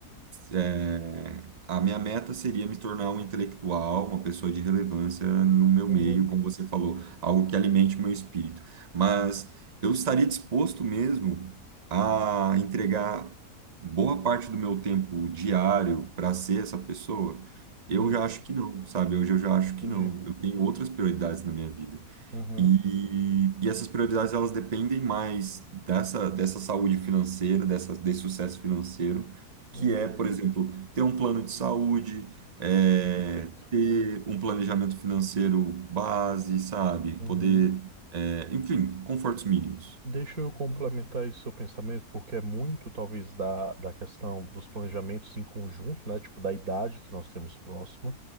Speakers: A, on the right; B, on the right.
A: É, a minha meta seria me tornar um intelectual, uma pessoa de relevância no meu
B: Uhum.
A: meio, como você falou, algo que alimente o meu espírito. Mas eu estaria disposto mesmo a entregar boa parte do meu tempo diário para ser essa pessoa? Eu
B: Uhum.
A: já acho que não, sabe? Hoje eu já acho
B: Entendi.
A: que não. Eu tenho outras prioridades na minha vida.
B: Uhum.
A: E, e essas prioridades elas dependem mais dessa, dessa saúde financeira, dessa, desse sucesso financeiro,
B: Uhum.
A: que é, por exemplo, ter um plano de saúde, é,
B: Perfeito.
A: ter um planejamento financeiro base, sabe?
B: Uhum.
A: Poder, é, enfim, confortos mínimos.
B: Deixa eu complementar esse seu pensamento, porque é muito, talvez, da, da questão dos planejamentos em conjunto, né? Tipo, da idade que nós temos próxima.